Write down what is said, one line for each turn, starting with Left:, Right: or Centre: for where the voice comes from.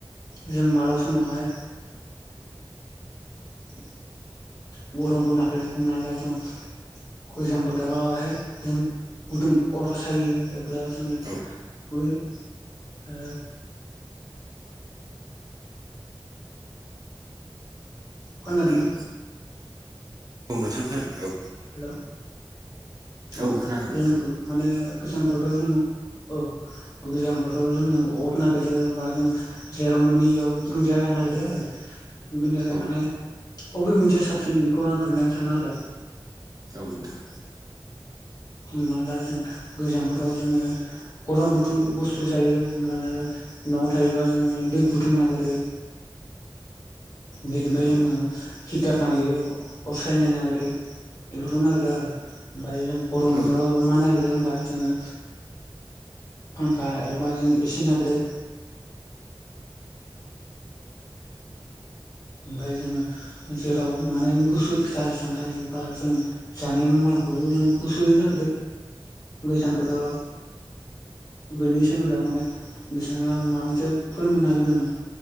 Left: जों मालाबा समावहाय <inaudible> गरमखौ नागारो हमनानै लाा जों गोजां बोथोरावहाय जों गुदुं अर सायो एब्ला जोङो
Right: औ
Left: ओ खोनादोंना?
Right: हेलौ औ नोंथां औ
Left: हेल' ओ
Right: औ खोनादों
Left: जों
Right: नोंथां
Left: माने गोजांबोथोराव जों औ गोजांबोथोराव जोङो अर नागिरो बा जों जेराव मोनो बेयाव गुदुं जाया नागिरो आरो बिनि थाखाय
Right: औ
Left: माने अबे मोनसे साबसिन बेखौ आं खोन्थानो सानो आरो
Right: औ नोंथां
Left: हमना ला जों गोजां बोथोराव जोङो गरम बुथु बुस्थु जायो जों न'आव थायोबा जोङो दै गुदुं नागिरो बेनिफ्राय
Right: औ
Left: जोङो हिथार नागिरो असायनो नागिरो बेफोरखौ नागिरो आरो ओमफ्राय जों गरमफ्राव
Right: औ
Left: मा नागिरो होमबा जोङो फांखा एबा जों ए सि नागिरो ओमफाय जोङो जेराव माने गुसु फिथाइ सामथायबा जों जानाय मुवा खौबो जों गुसुयैनो नागिरो बेनि सोमोन्दोआ माने बिथाङा माबा मोनसे फोरोंनो हागोन नामा?